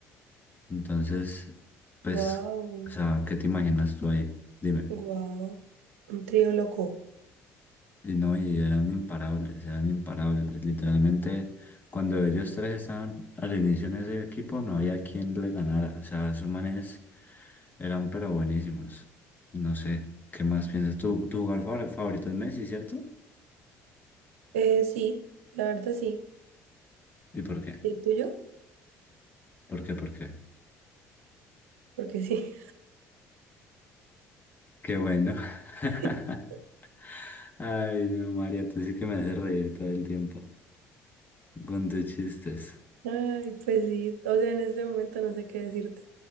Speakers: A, on the left; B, on the right.
A: Entonces, pues,
B: Guau,
A: o sea, ¿qué te imaginas tú ahí? Dime.
B: guau. Un trío loco.
A: Y no, y eran imparables, eran imparables. Literalmente, cuando ellos tres estaban al inicio en ese equipo, no había quien le ganara. O sea, esos manes eran pero buenísimos. No sé, ¿qué más piensas tú? ¿Tu jugador favor- favorito es Messi, cierto?
B: Eh, sí, la verdad sí.
A: ¿Y por qué?
B: ¿Y el tuyo?
A: ¿Por qué? ¿Por qué?
B: Porque sí.
A: Qué bueno. <laughs>
B: <laughs>
A: Ay, no, María, tú sí que me haces reír todo el tiempo con tus chistes.
B: Ay, pues sí. O sea, en este momento no sé qué decirte.